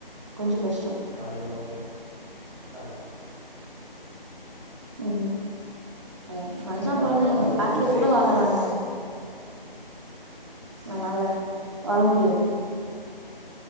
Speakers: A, on the right; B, in the centre.
A: கொஞ்ச கஷ்
B: அது என்னவோ கரெட்டு தா
A: ம் ஏ மன்சனா
B: எனக்கு
A: பொறந்தா
B: அதனால
A: எங்க
B: தான் இந்த
A: காட்டுல
B: ஊர் சைட்ஸ்னாவே
A: கூட வாழலாங்க நம்மளால வாழ முடியு